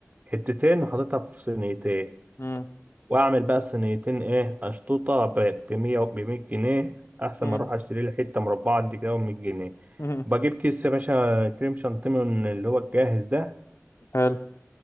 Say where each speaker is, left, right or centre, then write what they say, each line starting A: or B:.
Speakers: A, on the right; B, on the left.
A: حتتين وحاططها في صينيتين
B: مم،
A: واعمل بقى صينيتين ايه اشطوطه ب 100 ب 100 جنيه احسن
B: مم،
A: ما اروح اشتري لي حته مربعه قد كده ب 100 جنيه
B: مم،
A: بجيب كيس يا باشا كريم شانتيه من اللي هو الجاهز ده
B: حلو